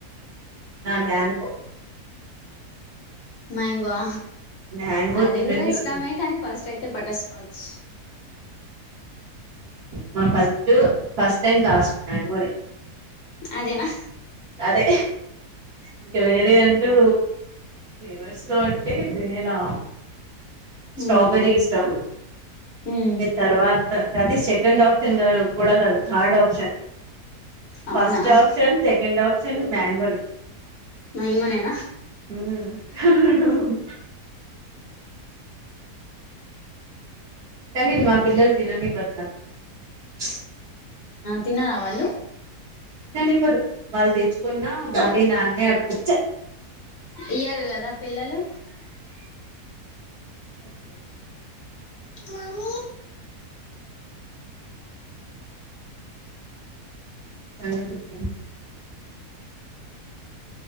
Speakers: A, on the right; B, on the left.
A: నా ననుకు
B: మ్యాంగో
A: మ్యాంగో
B: అది
A: తిన్నట్టే
B: కూడా ఇష్టమే
A: ఉంటుంది
B: కానీ ఫస్ట్ అయితే బటర్ స్కాచ్
A: మా ఫస్ట్ ఫస్ట్ అండ్ లాస్ట్ మ్యాంగోనే
B: అదేనా
A: అదే ఇంక వేరే అంటూ ఫ్లవర్స్ లో అంటే కద వెనీలా స్ట్రాబెరీ
B: హ్మ్
A: ఇష్టం
B: హ్మ్
A: ఏ తర్వాత అది సెకండ్ ఆప్షన్ గా కూడా కదు థర్డ్ ఆప్షన్ ఫస్ట్
B: అవునా
A: ఆప్షన్ సెక మ్యాంగోరి
B: ఇంగనేనా
A: ఊమ్ కనీ మా పిల్లలు తిననివ్వరు ఫస్ట్
B: తినరావాళ్ళు
A: తిననివ్వరు వాళ్ళు తెచ్చుకున్న మళ్ళీ నాన్నే అడుగుచ్చ
B: ఇవ్వరు కదా పిల్లలు
A: అసలు ఇవ్వరు
B: మమ్మీ
A: చాలగా తింటాను